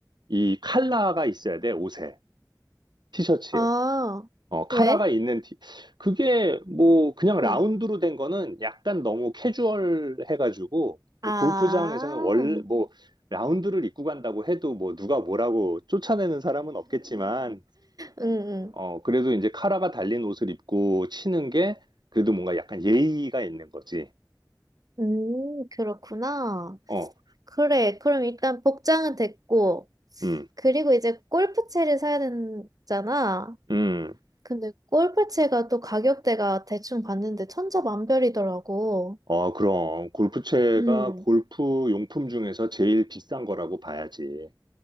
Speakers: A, on the right; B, on the right.
A: 이 칼라가 있어야 돼, 옷에. 티셔츠에.
B: 아
A: 어, 카라가
B: 왜?
A: 있는 티, 그게 뭐 그냥 라운드로
B: 응.
A: 된 거는 약간 너무 캐주얼 해가지고 뭐
B: 아.
A: 골프장에서는 원래 뭐 라운드를 입고 간다고 해도 뭐 누가 뭐라고 쫓아내는 사람은 없겠지만
B: 응응.
A: 어, 그래도 이제 카라가 달린 옷을 입고 치는 게 그래도 뭔가 약간 예의가 있는 거지.
B: 음 그렇구나.
A: 어,
B: 그래 그럼 일단 복장은 됐고.
A: 음,
B: 그리고 이제 골프채를 사야 되잖아.
A: 음.
B: 근데 골프채가 또 가격대가 대충 봤는데 천차만별이더라고.
A: 어, 그럼 골프채가
B: 음,
A: 골프 용품 중에서 제일 비싼 거라고 봐야지.